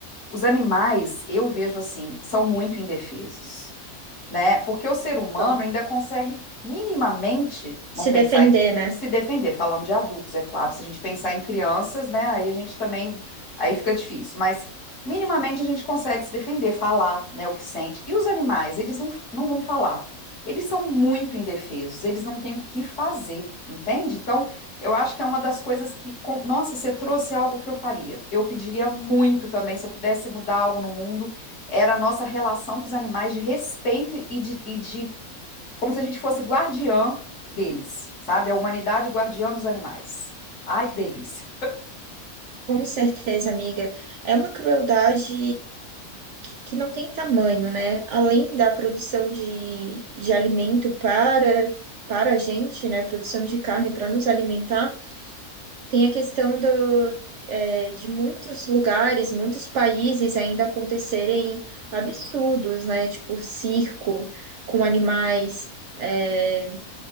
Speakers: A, on the left (about 55°); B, on the right (about 65°).
A: Os animais, eu vejo assim, são muito indefesos né? Porque o ser humano
B: Então,
A: ainda consegue minimamente,
B: se
A: vamos pensar
B: defender,
A: em
B: né?
A: se defender, falando de adultos, é claro. Se a gente pensar em crianças, né? Aí a gente também, aí fica difícil. Mas minimamente a gente consegue se defender, falar, né? O que sente. E os animais, eles não, não vão falar. Eles são muito indefesos. Eles não têm o que fazer, entende? Então, eu acho que é uma das coisas que, com- nossa, você trouxe algo que eu faria. Eu pediria muito também, se eu pudesse mudar algo no mundo era a nossa relação com os animais de respeito e de, e de como se a gente fosse guardiã deles, sabe? A humanidade guardiã dos animais. Ai, que delícia.
B: Com certeza, amiga. É uma crueldade que, que não tem tamanho, né? Além da produção de, de alimento para, para a gente, né? Produção de carne para nos alimentar, tem a questão do, é, de muitos lugares, muitos países ainda acontecerem absurdos, né? Tipo circo com animais, é,